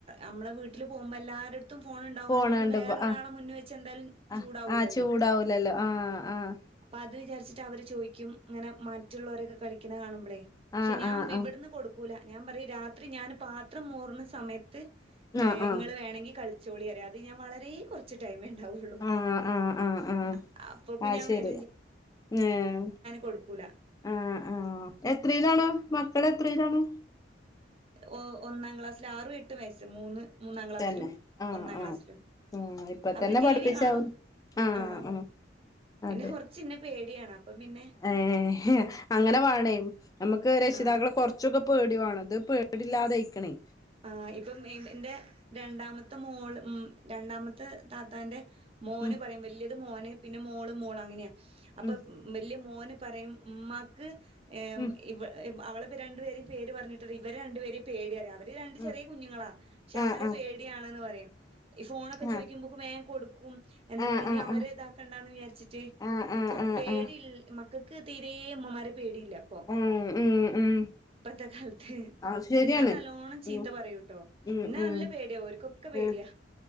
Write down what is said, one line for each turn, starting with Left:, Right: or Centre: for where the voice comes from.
Right: നമ്മളെ വീട്ടിൽ പോകുമ്പോ എല്ലാര <unintelligible> ഫോണ് ഉണ്ടാവുമ്പോ
Left: പോണണ്ട്
Right: നമ്മള് വേറൊരാളെ
Left: ആഹ്
Right: മുന്നെ വെച്ച് എന്തായാലും
Left: ആഹ്
Right: ചൂടാവൂലല്ലോ.
Left: ആഹ് ചൂടാവൂലല്ലോ ആഹ് ആഹ്
Right: അത് വിചാരിച്ചിട്ട് അവർ ചോദിക്കും അങ്ങനെ മറ്റുള്ളവരൊക്കെ കളിക്കുന്ന കാണുമ്പോളേ, പക്ഷെ
Left: ആഹ്
Right: ഞാൻ
Left: ആഹ്
Right: ഇവിടന്ന്
Left: ആഹ്
Right: കൊടുക്കൂല ഞാൻ പറയും രാത്രി ഞാൻ പാത്രം മോറുന്ന സമയത്ത് ഏഹ്
Left: ആഹ് ആഹ് ആഹ്
Right: നിങ്ങൾ വേണെങ്കിൽ കളി ചോളിയരും അത് ഞാൻ വളരെ കുറച്ച് ടൈമേ ആവുള്ള
Left: ആഹ് ആഹ് ആഹ് ആഹ്
Right: അ അപ്പൊക്കെ
Left: അത്
Right: ഞാൻ
Left: ശരി
Right: വരെ
Left: ഏഹ്
Right: കൊടുക്കൂല
Left: ആ ആ എത്രയിലാണ് മ <unintelligible> എത്രയിലാണ്?
Right: ഓ ഒന്നാം ക്ലാസ്സിൽ, ആറും എട്ട് വയസ്സ് മൂന്ന് മൂന്നാം ക്ലാസ്സിലും,
Left: തന്നെ ആഹ്
Right: ഒന്നാം
Left: ആഹ്
Right: ക്ലാസ്സിലും
Left: ആഹ് ഇപ്പ
Right: അവര്
Left: തന്നെ
Right: ടി
Left: പഠിപ്പിച്ചാവും
Right: വി കാണും,
Left: ആഹ്
Right: ആ
Left: ആഹ്
Right: പിന്നെ
Left: അതെ
Right: കുറച്ച്മുന്നെ പേടിയാണ് അപ്പൊ പിന്നെ
Left: ഏഹ് അങ്ങനെ വാനേം നമുക്ക് രക്ഷിതാക്കളെ
Right: ആഹ്
Left: കുറച്ചൊക്കെ പേടി വേണം ഇത് പേ പേടില്ലാതെ ആയിക്കണേ
Right: ആ, ഇപ്പം എന്റെ രണ്ടാമത്തെ മോള് മോ രണ്ടാമ <unintelligible> താത്താന്റെ മോന്
Left: ഉം
Right: പറയറും വലിയത് മോന് പിന്നെ മോള്, മോള് അങ്ങനെയാണ് അപ്പൊ
Left: ഉം
Right: വലിയ മോന് പറയും ഉമ്മാക്ക് ഏഹ്
Left: ഉം
Right: ഇവ അവളെ രണ്ടു പേരും പേര് പറഞ്ഞിട്ട് ഇവരെ രണ്ടു പേരെയും പേടിയാ അവർ രണ്ട്
Left: ഉം
Right: ചെറിയ കുഞ്ഞുങ്ങളാ പക്ഷെ
Left: ആഹ്
Right: അവരെ
Left: ആഹ് ആഹ്
Right: പേടിയാണ് എന്ന് പറയും ഫോണൊക്കെ
Left: ഉം
Right: ചോയ്ക്കുമ്പോ വേഗം കൊടു ക്കും, എന്താ
Left: ആഹ്
Right: പറയാ ഇനി
Left: ആഹ്
Right: അവരെ
Left: ആഹ് ആഹ്
Right: ഇതാക്കണ്ടാന്ന് വിചാരിച്ചിട്ട്,
Left: ആഹ്
Right: കൊ
Left: ആഹ് ആഹ് ആഹ്
Right: പേടിയിൽ
Left: ആഹ് ആഹ്
Right: മ ക്കക്ക് തീരേ അമ്മമാരെ പേടില്ലപ്പോ.
Left: ഉം ഉം ഉം
Right: ഇപ്പത്തെ കാലത്ത്
Left: അത് ശരിയാണ്
Right: ഞാൻ നല്ലോണം ചീത്ത
Left: ഉം
Right: പറയൂട്ടോ
Left: ഉം
Right: ഇന്നാ
Left: ഉം
Right: നല്ല പേടിയാ ഓർക്കോക്കൊ പേടിയാ.
Left: ഉം